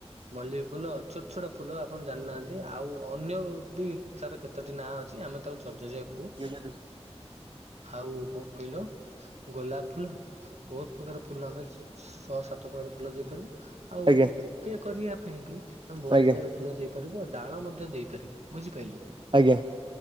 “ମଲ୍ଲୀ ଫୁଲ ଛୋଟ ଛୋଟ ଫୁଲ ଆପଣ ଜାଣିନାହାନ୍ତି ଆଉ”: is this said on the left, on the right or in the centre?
Right